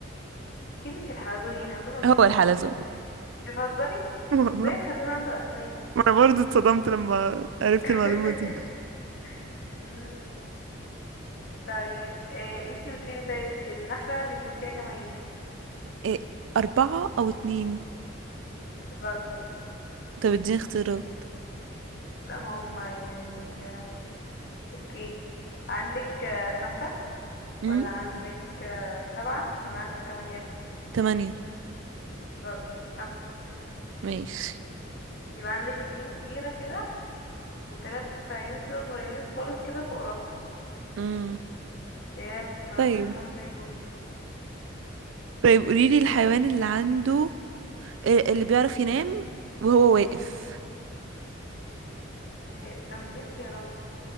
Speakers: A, on the left; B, on the right.
A: أكيد مش الحلزون يعني الحلزون ملوش
B: هو
A: أسنان
B: الحلزون
A: بتهزري؟
B: <laughs>
A: ازاي الحلزون عنده أسنان؟
B: ما انا برضه اتصدمت لما عرفت
A: <laughs>
B: المعلومة دي
A: مم. طيب آه انتي قوليلي طيب النحلة بيكون فيها كام عين
B: <laughs> إيه أربعة أو اتنين
A: غلط
B: طب اديني اختيارات
A: لا ما هما يعني آه، اوكي عندك آه خمسة
B: امم
A: ولا عندك آه سبعة ولا عندك تمانية
B: تمانية
A: غلط خمسة
B: ماشي
A: يبقى عندك اتنين كبيرة كده وتلات عيون كده صغيرين خالص كده فوق راسها
B: امم
A: هي بيكون عندها
B: طيب
A: خمس عيون
B: طيب قوليلي الحيوان اللي عنده إيه اللي بيعرف ينام وهو واقف
A: هي طب اديني اختيارات